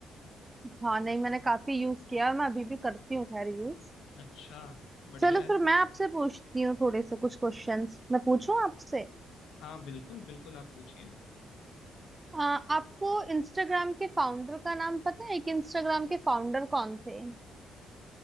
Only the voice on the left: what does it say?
अच्छा बढ़िया
है
हाँ बिल्कुल बिल्कुल आप पूछिए